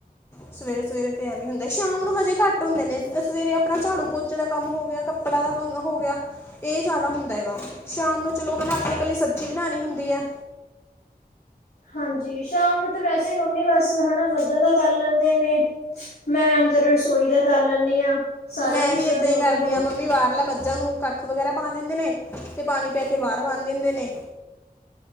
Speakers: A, on the left; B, on the left.
A: ਸਵੇਰੇ ਸਵੇਰੇ ਤੇ ਐ ਵੀ ਹੁੰਦਾ ਸ਼ਾਮ ਨੂੰ ਹਜੇ ਘੱਟ ਹੁੰਦੇ ਨੇ ਸਵੇਰੇ ਆਪਣਾ ਝਾੜੂ ਕੋੋਚੇ ਦਾ ਕੰਮ ਹੋ ਗਿਆ ਕੱਪੜਾ ਦਾ ਹੋ ਗਿਆ ਇਹ ਜ਼ਿਆਦਾ ਹੁੰਦਾ ਹੈਗਾ ਸ਼ਾਮ ਨੂੰ ਚਲੋ ਹ ਆਪਣੇ ਇਕੱਲੀ ਸਬਜ਼ੀ ਬਣਾਉਣੀ ਹੁੰਦੀ ਹੈ
B: ਹਾਂਜੀ ਸ਼ਾਮ ਨੂੰ ਤਾਂ ਵੈਸੇ ਮੰਮੀ ਬਸ ਹਨਾ ਮੱਧਾਂ ਦਾ ਕਰ ਲੈਂਦੇ ਨੇ ਮੈਂ ਅੰਦਰ ਰਸੋਈ ਦਾ ਕਰ ਲੈਦੀ ਹਾਂ ਸਾਰਾ
A: ਮੈਂ
B: ਕੁਛ
A: ਵੀ ਏਦਾਂ ਹੀ ਕਰਦੀ
B: ਮਤਲਬ
A: ਹਾਂ ਮੰਮੀ ਬਾਹਰਲਾ ਮੱਝਾਂ ਨੂੰ ਕੱਖ ਵਗੈਰਾ ਪਾ ਦਿੰਦੇ ਨੇ ਤੇ ਪਾਣੀ ਪੈ ਕੇ ਬਾਹਰ ਬੰਨ ਦਿੰਦੇ ਨੇ